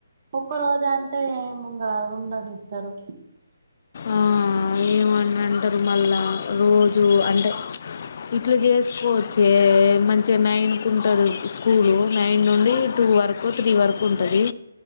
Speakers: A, on the right; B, on the left.
A: ఒక్క రోజు అంటే ఏముంగా ఉండనిస్తరు
B: ఆ ఏమని అంటారు మళ్ళా రోజు అంటే ఇట్లా చేసుకోవచ్చే మంచిగా నైన్కు ఉంటుంది స్కూలు నైన్ నుండి టూ వరకు త్రీ వరకు ఉంటుంది